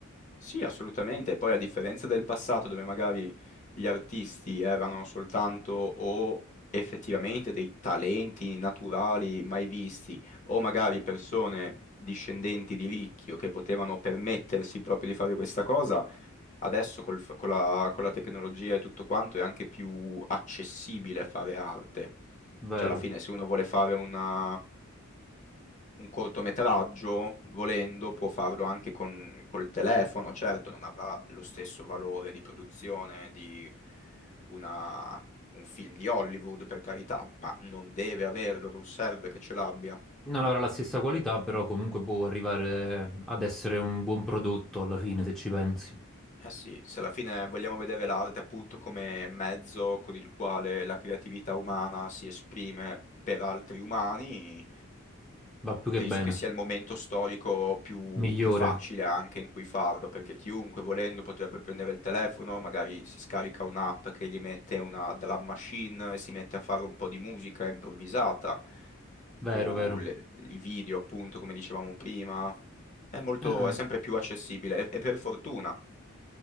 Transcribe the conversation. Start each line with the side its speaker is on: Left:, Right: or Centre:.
Left: Sì, assolutamente. Poi a differenza del passato, dove magari gli artisti erano soltanto o effettivamente dei talenti naturali mai visti, o magari persone discendenti di ricchi o che potevano permettersi proprio di fare questa cosa, Adesso col fa- con la, con la tecnologia e tutto quanto è anche più accessibile fare arte.
Centre: vero.
Left: Cioè, alla fine, se uno vuole fare una- un cortometraggio, volendo, può farlo anche con, col telefono. Certo, non avrà lo stesso valore di produzione di una- un film di Hollywood, per carità, ma non deve averlo, non serve che ce l'abbia.
Centre: Non avrà la stessa qualità, però comunque può arrivare ad essere un buon prodotto alla fine, se ci pensi.
Left: Eh sì, se alla fine vogliamo vedere l'arte appunto come mezzo con il quale la creatività umana si esprime per altri umani,
Centre: Va più che
Left: penso
Centre: bene,
Left: che sia il momento storico più,
Centre: migliore.
Left: più facile anche in cui farlo, perché chiunque volendo potrebbe prendere il telefono, magari si scarica un'app che gli mette una drum machine e si mette a fare un po' di musica improvvisata,
Centre: Vero,
Left: o
Centre: vero.
Left: le- i video appunto, come dicevamo prima. È
Centre: Eh,
Left: molto,
Centre: eh,
Left: è sempre più accessibile e e per fortuna.